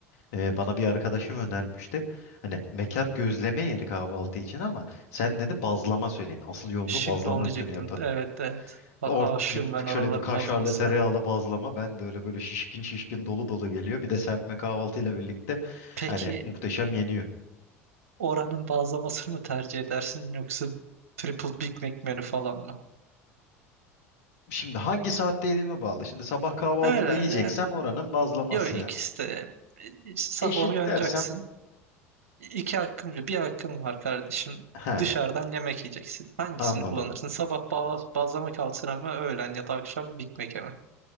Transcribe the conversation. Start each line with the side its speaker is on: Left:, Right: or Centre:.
Left: Ee, bana bir arkadaşım önermişti. Hani mekan gözleme yeri kahvaltı için ama sen dedi bazlama söyleyin. Asıl yoğunluğu
Right: Şimdi
Left: bazlama
Right: onu
Left: üstüne
Right: diyecektim.
Left: yapın.
Right: Evet evet. A
Left: Or
Right: aşığım
Left: bir, bir-
Right: ben oraların
Left: şöyle bir kaşarlı
Right: bazlamasına.
Left: tereyağlı bazlama. Ben de öyle böyle şişkin şişkin dolu dolu geliyor. Bir de serpme kahvaltıyla birlikte
Right: Peki
Left: hani muhteşem yeniyor.
Right: oranın bazlamasını mı tercih edersin yoksa triple Big Mac menü falan mı?
Left: Şimdi hangi saatte yediğime bağlı. Şimdi sabah kahvaltıda
Right: Öyle
Left: yiyeceksem
Right: yani
Left: oranın bazlaması
Right: yok ikisi de İşte sabah
Left: eşit
Right: uyanacaksın.
Left: dersem
Right: İki hakkın var. bir hakkın var kardeşim.
Left: he
Right: Dışarıdan yemek yiyeceksin. Hangisini
Left: anladım.
Right: kullanırsın? Sabah ba- bazlama kalsın mı öğlen ya da akşam Big Mac'e mi?